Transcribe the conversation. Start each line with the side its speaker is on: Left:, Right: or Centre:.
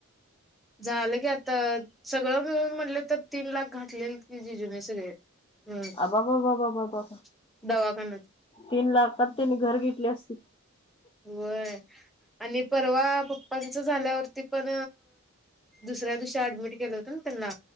Centre: झालं की आता सगळं मिळून म्हटले तर तीन लाख घातलेल की जिजूने सगळे. हम्म
Left: आबाबाबाबाबाबा
Centre: दवाखान्यात.
Left: तीन लाख त्यांनी घर घेतले असतीत.
Centre: वय आणि परवा पप्पाच झाल्यावरती पण दुसऱ्या दिवशी अऍडमिट केलं होत, ना त्यांना.